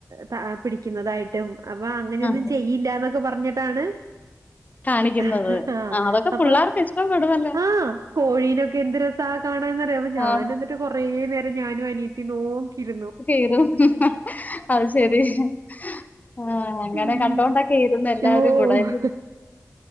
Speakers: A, on the right; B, on the left.
A: ത പിടിക്ക്ന്നതായിട്ടും അപ്പൊ അങ്ങനെയൊന്നും
B: ആഹ്
A: ചെയ്യില്ലാന്നൊ ക്കെ പറഞ്ഞിട്ടാണ്
B: കാണിക്കുന്നത്
A: ഹ ഹ ആ
B: ആഹ് അതൊക്കെ
A: അപ്പൊ
B: പിള്ളേർക്ക് ഇഷ്ടപ്പെടുവല്ലോ
A: ആ കോഴീനൊക്കെ എന്ത് രസാ കാണാന്നറിയ പ്പ ഞാനുന്നിട്ട്
B: ആഹ്
A: കൊറേ നേരം ഞാനും അനിയത്തിം നോക്കിയിര്
B: <unintelligible> അ ശരി ഹ് ആ അങ്ങനെ
A: ഉം
B: കണ്ടോണ്ടൊക്കെ ഇരുന്ന് എല്ലാരും
A: ഓഹ്
B: കൂടെ